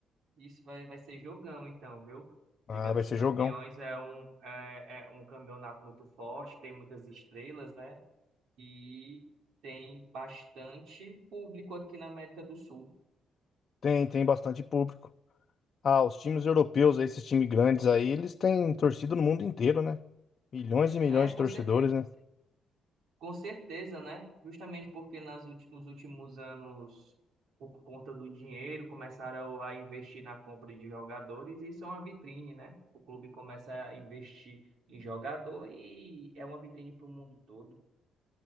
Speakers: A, on the right; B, on the left.
A: Isso vai, vai ser jogão, então, viu?
B: Ah,
A: Liga dos
B: vai ser
A: Campeões
B: jogão.
A: é um, é, é um campeonato muito forte, tem muitas estrelas, né? E tem bastante público aqui na América do Sul,
B: Tem, tem bastante público. Ah, os times europeus, esses times grandes aí, eles têm torcida no mundo inteiro, né? Milhões e milhões
A: né?
B: de
A: Com
B: torcedores,
A: cer
B: né?
A: com certeza, né? Justamente porque nas últi- nos últimos anos, por conta do dinheiro, começaram a investir na compra de jogadores e isso é uma vitrine, né? O clube começa a investir em jogador e é uma vitrine para o mundo todo.